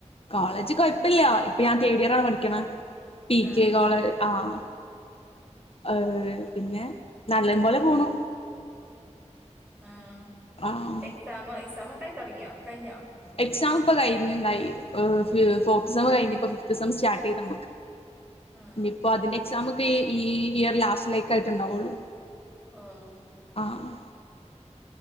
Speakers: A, on the left (about 50°); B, on the right (about 15°).
A: കോളേജ് കോയഴപ്പല്ല്യ ഇപ്പ ഞാൻ തേർഡ് ഇയർ ആ പഠിക്കണേ പി
B: ആഹ്
A: കെ കോളേ ആഹ് ഏഹ് പിന്നെ നല്ലം പോലെ പോണു
B: ആഹ്
A: ആഹ്
B: എക്സാമ് എക്സാമ ഒക്കെ ആയി തുടങ്ങിയോ കഴിഞ്ഞോ.
A: എക്സാം ഇപ്പൊ കഴിഞ്ഞുണ്ടായി ഫോർത്ത് സം കഴിഞ്ഞ ഇപ്പ ഫിഫ്ത്ത് സം സ്റ്റാർട്ട് ചെയ്ത് നമ്മക്ക്
B: <inaudible> ആഹ്
A: ഇനിയിപ്പോ അതിന്റെ എക്സാമ് ഒക്കെ ഈ ഇയർ ലാസ്റ്റ് ലേക്ക് ആയിട്ട് ഉണ്ടാവുള്ളു.
B: ആഹ്
A: ആഹ്